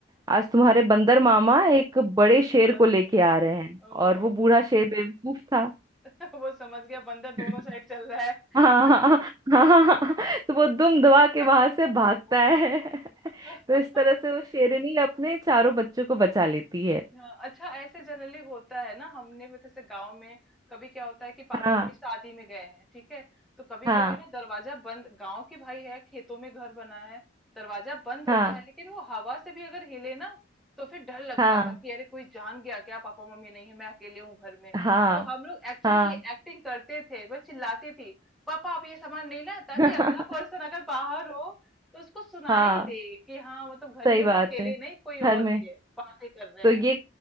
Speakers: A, on the right (about 20°); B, in the centre.
A: आज तुम्हारे बंदर मामा एक बड़े शेर
B: हाँ,
A: को लेके आ रहे हैं
B: ओ
A: और वो बूढ़ा शेर बेवकूफ था
B: <laughs> वो समझ गया बंदर दोनों
A: <laughs>
B: साइड चल रहा है
A: हाँ हाँ हाँ हाँ, तो वो दुम दबा
B: <laughs>
A: के वहां से भागता है
B: कर
A: <laughs> तो इस
B: दो
A: तरह से वो शेरनी अपने चारों बच्चों को बचा लेती है
B: हाँ, अच्छा ऐसे जनरली होता है ना हमने भी जैसे गांव में कभी क्या होता है कि पापा
A: हाँ
B: मम्मी शादी में गए हैं ठीक है तो कभी
A: हाँ
B: कभी ना दरवाजा बंद गांव की भाई है खेतों में घर बना है दरवाजा बंद होता
A: हाँ
B: है लेकिन वो हवा से भी अगर हिले ना तो फिर डर लगता
A: हाँ
B: था कि अरे कोई जान गया क्या पापा मम्मी नहीं है मैं अकेले हूँ घर में
A: हाँ
B: तो हम लोग एक्चुअली
A: हाँ
B: ये एक्टिंग करते थे वह चिल्लाती थी पापा आप ये सामान नहीं लाए ताकि
A: <laughs>
B: अगला पर्सन अगर बाहर हो तो उसको सुनाई
A: हाँ
B: दे कि हाँ मतलब घर
A: सही
B: में वो
A: बात
B: अकेले
A: है
B: नहीं कोई
A: घर
B: और
A: में
B: भी है बातें कर रहे
A: तो
B: हैं
A: ये